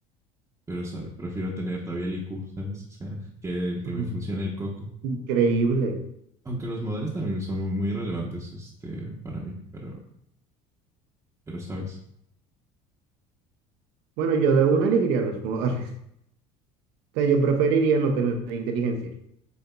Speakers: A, on the right (about 20°); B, on the right (about 70°).
A: pero ¿sabe? prefiero tener todavía el IQ, ¿sabes? O sea, que, que
B: Ujú,
A: me funcione el coco.
B: Increíble.
A: Aunque los modales también son muy, muy relevantes, este, para mí, pero, pero, ¿sabes?
B: Bueno, yo de una elegiría los modales. <laughs> O sea, yo preferiría no tener inteligencia